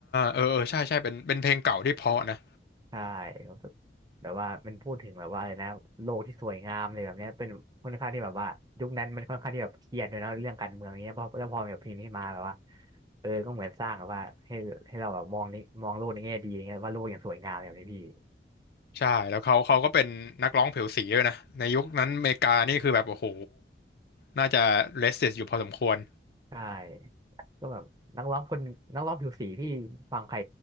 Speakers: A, on the left; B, on the right.
A: เออเออใช่ใช่เป็นเป็นเพลงเก่าที่เพราะนะ
B: ใช่ผมแบบว่ามันพูดถึงแบบว่าอะไรนะโลกที่สวยงามเลยแบบเนี้ยเป็นค่อนข้างที่แบบว่ายุคนั้นมันค่อนข้างที่แบบเครียดเลยเนาะเรื่องการเมืองเนี้ยพอแล้วพอแบบเพลงนี้มาแบบว่าเออก็เหมือนสร้างแบบว่าให้ให้เราแบบมองนี้มองโลกในแง่ดีอะไรเงี้ยว่าโลกยังสวยงามแบบนี้พี่
A: ใช่แล้วเขาเขาก็เป็นนักร้องผิวสีด้วยนะในยุคนั้นอเมริกานี่คือแบบโอ้โหน่าจะเลสเซสอยู่พอสมควร
B: ใช่ก็แบบนักร้องคนนักร้องผิวสีพี่ฟังใคร